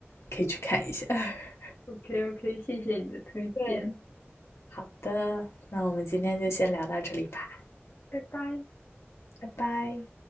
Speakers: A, on the left; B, on the left.
A: 可以去看一下。<laughs>
B: OK OK，谢谢你的推荐，
A: 对，好的，那我们今天就先聊到这里吧，
B: 拜拜。
A: 拜拜。